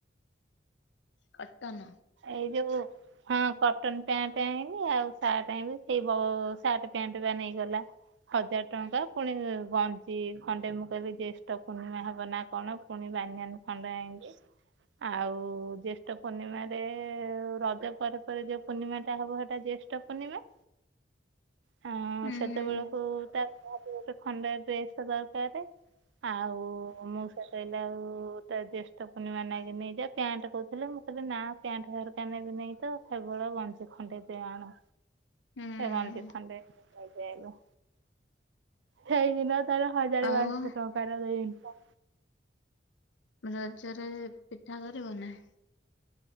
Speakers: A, on the left; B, on the right.
A: କଟନ।
B: ଏଇ ଯୋଉ। ହଁ କଟନ ପ୍ୟାଣ୍ଟ ଆଣବି, ଆଉ ସାର୍ଟ ଆଣିବି ସେଇ ସାର୍ଟ ପ୍ୟାଣ୍ଟ ବା ନେଇଗଲା। ହଜାର ଟଙ୍କା ପୁଣି, ଗଞ୍ଜି ଖଣ୍ଡେ ମୁଁ କହିଲି ଜ୍ୟେଷ୍ଠ ପୂର୍ଣ୍ଣିମା ହବ ନା କଣ ପୁଣି ବାନିଆନ ଖଣ୍ଡେ ଆଇଲି ଆଉ। ଜ୍ୟେଷ୍ଠ ପୂର୍ଣ୍ଣିମାରେ, ରଜ ପରେ ପରେ ଯୋଉ ପୂର୍ଣ୍ଣିମା ଟା ହବ ସେଇଟା ଜ୍ୟେଷ୍ଠ ପୂର୍ଣ୍ଣିମା। ହଁ
A: ହୁଁ।
B: ସେତେବେଳକୁ ତାର ଗୋଟେ ଖଣ୍ଡ ଡ୍ରେସ୍ ଦରକାର। ଆଉ ମୁଁ କହିଲେ ଆଉ ତା ଜ୍ୟେଷ୍ଠ ପୂର୍ଣ୍ଣିମା ମଗି ନେଇଯା ପ୍ୟାଣ୍ଟ କହୁଥିଲେ ମୁଁ କହିଲି ନା ପ୍ୟାଣ୍ଟ ସାଟ ରକାନେ ବି ନାଇଁ ତ କେବଳ ଗଞ୍ଜି ଖଣ୍ଡିଏ ଆଣ।
A: ହୁଁ
B: ଏ ଗଞ୍ଜି ଖଣ୍ଡେ ନେଇକିଆଇଲୁ। ସେଇଦିନ ତାର ହଜାର
A: ଆଉ
B: ବାରଶହ ଟଙ୍କାର ଦେଇଛନ୍ତି ତ।
A: ରଜରେ ପିଠା କରିବ ନାଁ?